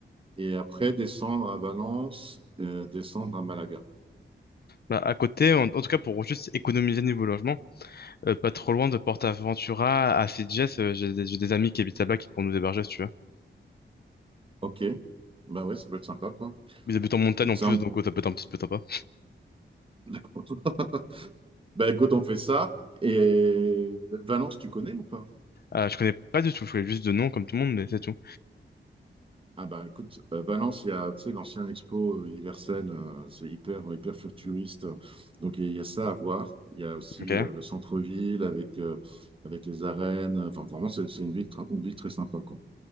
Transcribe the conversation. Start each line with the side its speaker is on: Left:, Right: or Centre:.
Right: et après descendre à Valence, euh, descendre à Malaga.
Left: Bah, à côté, en, en tout cas pour juste économiser niveau logement, euh, pas trop loin de PortAventura à Sitges, euh, j'ai des, j'ai des amis qui habitent là-bas qui pourront nous héberger si tu veux.
Right: Ok, bah ouais, ça peut être sympa quoi.
Left: Ils habitent en montagne
Right: Comme
Left: en
Right: ça,
Left: plus,
Right: on...
Left: donc euh, ça peut être un petit peu sympa.
Right: <laughs> Bah écoute, on fait ça. Et Valence, tu connais ou pas?
Left: Euh, je connais pas du tout, je connais juste de nom comme tout le monde, mais c'est tout.
Right: Ah bah écoute, euh, Valence, il y a, tu sais, l'ancien Expo euh, universel, euh, c'est hyper, hyper futuriste. Donc il y a ça à voir. Il y a aussi
Left: Ok.
Right: euh, le centre-ville avec, euh, avec les arènes. Enfin, vraiment, c'est c'est une ville, tr- une ville très sympa, quoi.